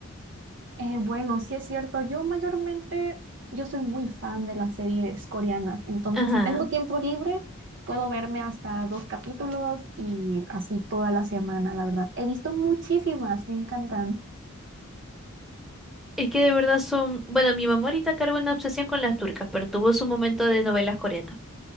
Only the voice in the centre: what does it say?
Ajá.
Es que de verdad son... Bueno, mi mamá ahorita carga una obsesión con las turcas, pero tuvo su momento de novelas coreanas.